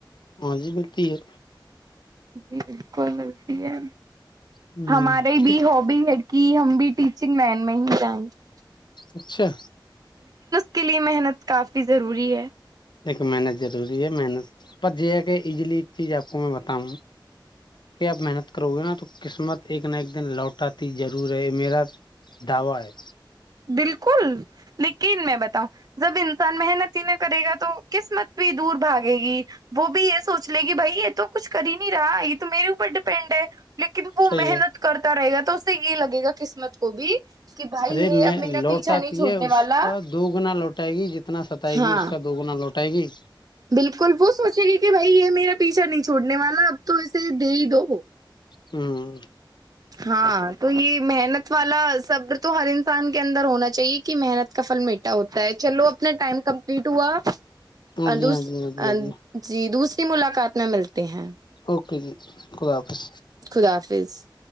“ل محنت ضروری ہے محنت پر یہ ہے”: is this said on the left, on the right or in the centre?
Left